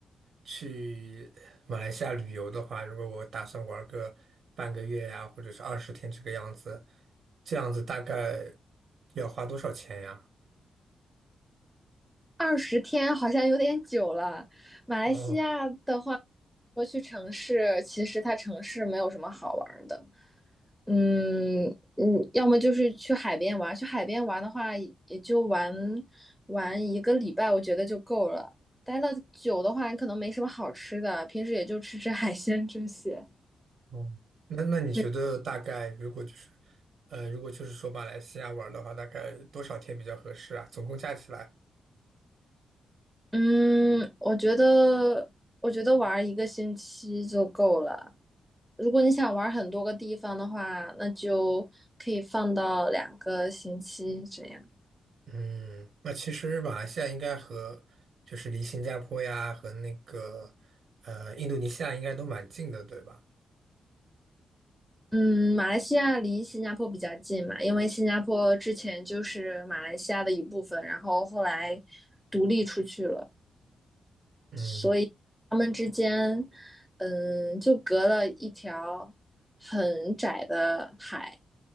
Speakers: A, on the right; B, in the centre.
A: 去马来西亚旅游的话，如果我打算玩个半个月呀，或者是二十天这个样子，这样子大概要花多少钱呀？
B: 二十天好像有点久了。马来西亚的话，
A: 哦，
B: 说去城市，其实它城市没有什么好玩儿的。嗯嗯，要么就是去海边玩，去海边玩的话，也就玩玩一个礼拜，我觉得就够了。待的久的话，你可能没什么好吃的，平时也就吃吃海鲜这些。
A: 哦。那那你觉得大概如果就是
B: 对，
A: 呃，如果就是说马来西亚玩的话，大概多少天比较合适啊？总共加起来？
B: 嗯，我觉得我觉得玩一个星期就够了。如果你想玩很多个地方的话，那就可以放到两个星期这样。
A: 嗯，那其实马来西亚应该和就是离新加坡呀和那个呃印度尼西亚应该都蛮近的，对吧？
B: 嗯，马来西亚离新加坡比较近嘛，因为新加坡之前就是马来西亚的一部分，然后后来独立出去了。
A: 嗯
B: 所以他们之间，嗯，就隔了一条很窄的海。